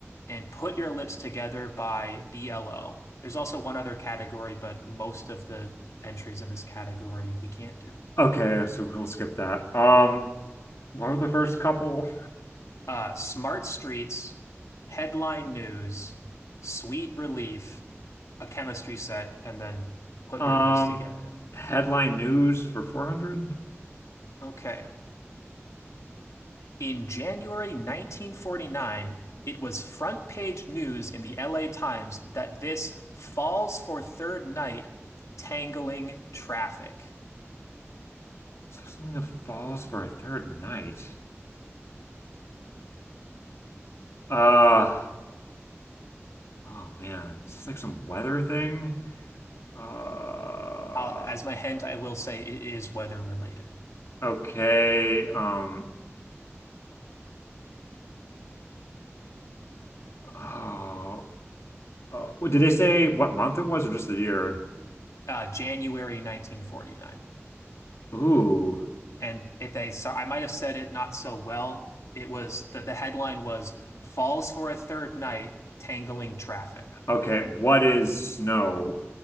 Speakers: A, on the left; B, on the left.
A: and Put Your Lips Together by BLO. There's also one other category, but most of the entries in this category we can't do.
B: Okay, so we'll skip that. Um, what were the first couple?
A: Uh, Smart Streets, headline news, Sweet Relief, a chemistry set, and then Put
B: Um,
A: Your Lips Together.
B: headline news for 400?
A: Okay. In January 1949, it was front page news in the LA Times that this falls for third night tangling traffic.
B: Is something that falls for a third night? Uh, oh man, is this like some weather thing? Uh,
A: Uh, as my hint, I will say it is weather related.
B: okay. Um, oh, uh, well, did they say what month it was or just the year?
A: Uh, January 1949.
B: Ooh,
A: And it, they so I might have said it not so well. It was that the headline was Falls for a Third Night Tangling Traffic.
B: okay. What is snow?